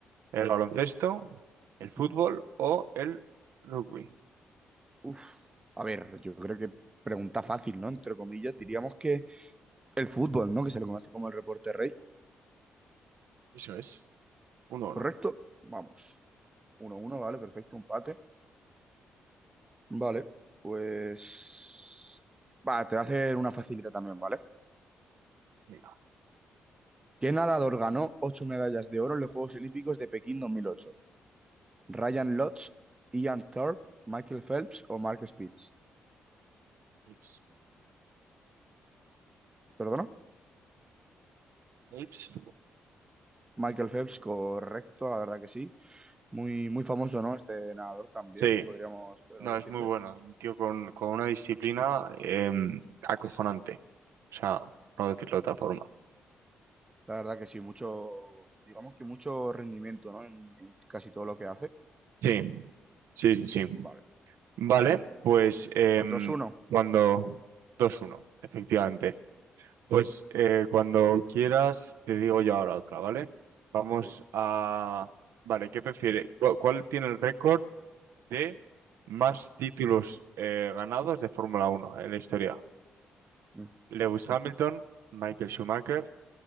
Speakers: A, on the right (about 80°); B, on the right (about 20°).
A: ¿El baloncesto, el
B: Ujú.
A: fútbol o el rugby?
B: Uf. A ver, yo creo que pregunta fácil, ¿no? Entre comillas, diríamos que el fútbol, ¿no? Que se le conoce como el reporte rey,
A: Eso es, uno
B: ¿correcto?
A: uno.
B: Vamos. Uno uno, vale, perfecto, empate. Vale, pues... Va, te voy a hacer una facilita también, ¿vale?
A: Venga,
B: ¿Qué nadador ganó ocho medallas de oro en los Juegos Olímpicos de Pekín dos mil ocho ¿Ryan Lodge, Ian Thorpe, Michael Phelps o Mark Spitz?
A: Ips.
B: ¿Perdona?
A: Ips.
B: Michael Phelps, correcto, la verdad que sí. Muy, muy famoso, ¿no? Este nadador también,
A: Sí,
B: podríamos, podríamos
A: no,
B: decirle.
A: es muy bueno, un tío con, con una disciplina em, acojonante, o sea, no decirlo de otra forma.
B: La verdad que sí, mucho, digamos que mucho rendimiento, ¿no? En, en casi todo lo que hace.
A: Sí, sí, sí. sí.
B: Vale,
A: Vale, pues em,
B: pues 2-1.
A: cuando dos uno efectivamente. Pues eh, cuando quieras, te digo yo ahora otra, ¿vale? Vamos
B: Ok.
A: a... Vale, ¿qué prefiere? ¿Cu- ¿Cuál tiene el récord de más títulos eh, ganados de Fórmula Uno en la historia?
B: Mm.
A: ¿Lewis
B: Ujú.
A: Hamilton, Michael Schumacher,